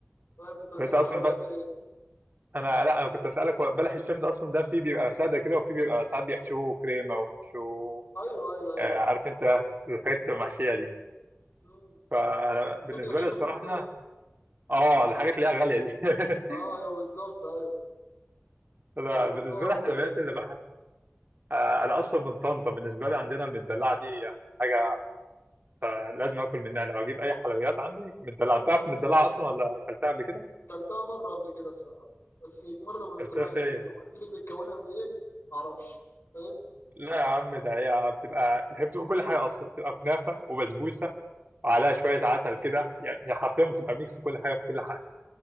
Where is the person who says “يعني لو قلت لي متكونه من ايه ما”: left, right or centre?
Left